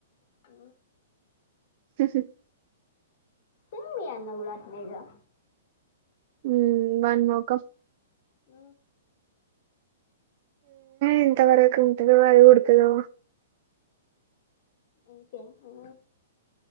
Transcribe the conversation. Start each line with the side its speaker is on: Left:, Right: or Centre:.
Left: అ
Right: స
Left: సేమ్ మీ అన్న గూడ ఆత్నెగా
Right: ఉ వని మోఖం
Left: ఉ
Right: ఎంత వరకు ఉంటదొ అది ఉడుతదొ
Left: ఇంకే ఉ